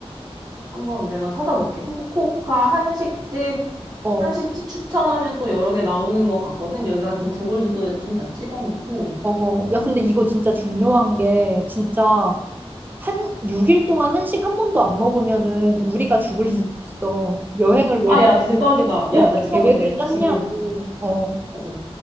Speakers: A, on the right; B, on the right.
A: 한번 내가 찾아볼게. 후쿠오카 한식집
B: 어,
A: 한시집 추천하면 또 여러 개 나오는 것 같거든. 여기 같은 구글 지도에 좀 다 찍어놓고.
B: 어. 어. 야, 근데 이거 진짜 중요한 게 진짜 한 6일 동안 한식 한 번도 안 먹으면은 우리가 죽을 수도
A: 음.
B: 있어. 여행을 왜
A: 아, 야, 대박이다.
B: 그렇게
A: 야, 나 찾아봐도
B: 계획을
A: 돼,
B: 짰냐고.
A: 지금.
B: 어.
A: 어.